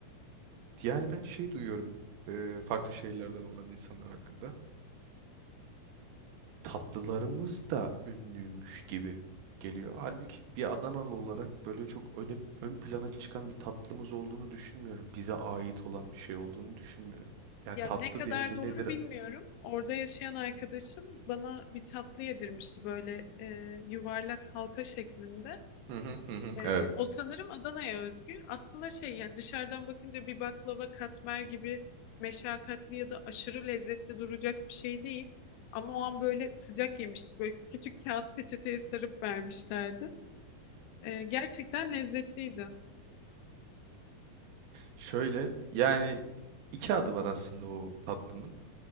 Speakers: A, on the right; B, on the left.
A: yani ben şey duyuyorum e, farklı şehirlerden olan insanlar hakkında. Tatlılarımız da ünlüymüş gibi geliyor. Halbuki bir Adanalı olarak böyle çok öne, ön plana çıkan bir tatlımız olduğunu düşünmüyorum. Bize ait olan bir şey olduğunu düşünmüyorum. Yani
B: Ya
A: tatlı
B: ne kadar
A: deyince
B: doğru
A: nedir?
B: bilmiyorum. Orada yaşayan arkadaşım bana bir tatlı yedirmişti böyle e, yuvarlak halka şeklinde.
A: Hı hı hı. hı,
B: E,
A: Evet.
B: o sanırım Adana'ya özgü. Aslında şey yani dışarıdan bakınca bir baklava katmer gibi meşakkatli ya da aşırı lezzetli duracak bir şey değil. Ama o an böyle sıcak yemiştik. Böyle küçük kağıt peçeteye sarıp vermişlerdi. E, gerçekten lezzetliydi.
A: Şöyle yani iki adı var aslında o tatlının.